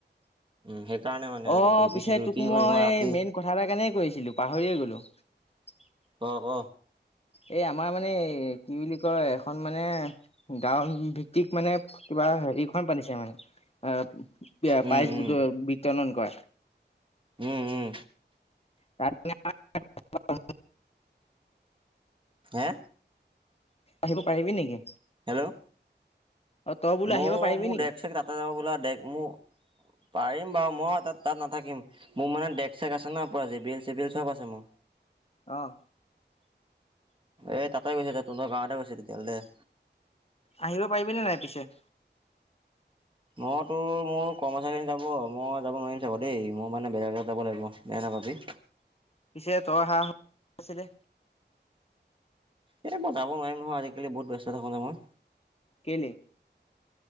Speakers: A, on the right; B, on the left.
A: উম সেইকাৰণে মানে
B: অ'
A: ৰুটি
B: পিছে
A: চুটি ৰুটি
B: তোক মই
A: কৰিম ৰাতি
B: মেইন কথা এটা কাৰণেই কৈছিলো পাহৰিয়ে গ'লো। <unintelligible>
A: ক ক।
B: এই আমাৰ মানে কি বুলি কয় এখন মানে গাঁও ভিত্তিক মানে কিবা হেৰিখন পাতিছে মানে আহ এইয়া
A: উম
B: পাইচবোৰ
A: উম
B: বিতৰণ কৰা।
A: উম উম
B: তাত <unintelligible>
A: হে?
B: আহিব পাৰিবি নেকি?
A: হেল্ল'?
B: অ তই বোলো
A: মোৰ
B: আহিব পাৰিবি
A: মোৰ
B: নেকি
A: ডক চেক ৰা যাব বোলা মোক পাৰিম বাৰু মই তাত তাত নাথাকিম। মোৰ মানে ডেক চেক আছে ন জেবিয়েল সেবিয়েল চ'ব আছে মোৰ।
B: অ'।
A: এ তাতে গৈছে ত তোমাৰ গাঁৱতে গৈছে তেতিয়া বোলে
B: আহিব পাৰিবিনে নাই পিছে?
A: মই তোৰ মোৰ কৰ্মচাৰ খিনি যাব মই যাব নোৱাৰিম চাব দেই মোৰ মানে বেলেগগত যাব লাগিব। বেয়া নাপাবি।
B: পিছে তই হাঁহ আছিলে।
A: এ মই যাব নোৱাৰিম ন আজি কালি বহুত ব্যস্ত থাকো ন মই।
B: কেলেই?